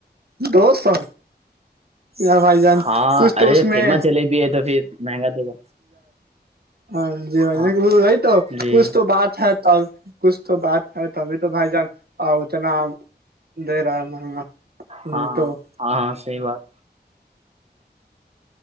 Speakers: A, on the right; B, on the right.
A: دو سو ار بھائی جان
B: ہاں
A: کچھ تو
B: ارے
A: اس میں
B: فیمس جلیبی ہے تو پھر مہنگا دے گا
A: ہاں جی بھ
B: ہاں
A: بائی تو
B: جی
A: کچھ تو بات ہے تب کچھ تو بات ہے تبھی تو بھائی جان اتنا دے رہا ہے مہنگا نہیں
B: ہاں
A: تو
B: ہاں ہاں ہاں سی بات